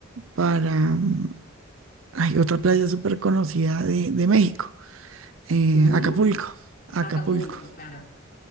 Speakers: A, on the right; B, on the left.
A: para, mm, hay otra playa súper conocida de, de México, eh,
B: Tulum,
A: Acapulco, Acapulco.
B: Acapulco, claro,